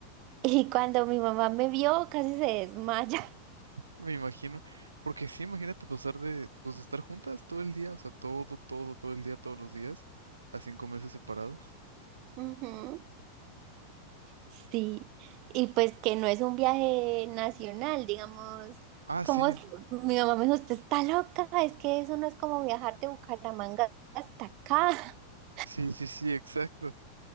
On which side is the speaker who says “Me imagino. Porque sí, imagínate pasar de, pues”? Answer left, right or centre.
Right